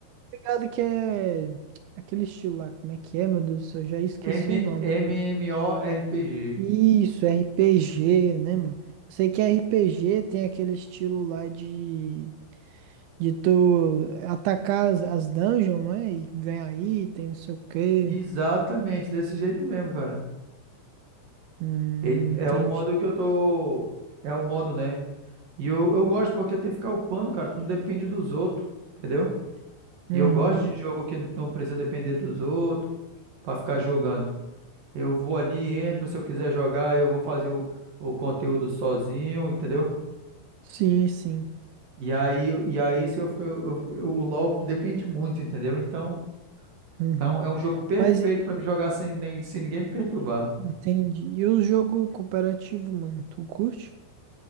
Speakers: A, on the right; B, on the right.
A: ligado que é aquele estilo lá, como é que é, meu Deus do céu, eu já esqueci
B: M-
A: o nome.
B: MMORPG.
A: Isso, RPG, né, mano? Sei que RPG tem aquele estilo lá de, de tu atacar as, as dungeons, não é? E ganhar item, não sei o quê.
B: Exatamente, desse jeito mesmo, cara.
A: Hum,
B: Ele- É
A: entendi.
B: o modo que eu tô. É o modo, né? E eu, eu gosto porque tem que ficar upando, cara. Tu não depende dos outros, entendeu? E
A: Aham.
B: eu gosto de jogo que não precisa depender dos outros pra ficar jogando. Eu vou ali, entro. Se eu quiser jogar, eu vou fazer o, o conteúdo sozinho, entendeu?
A: Sim, sim.
B: E aí, e aí se eu, fico- eu, eu- eu- o LoL depende muito, entendeu? Então,
A: Uhum.
B: então é um jogo perfeito
A: Mas e-
B: pra me jogar sem, nem, sem ninguém me perturbar.
A: Entendi. E o jogo cooperativo, mano, tu curte?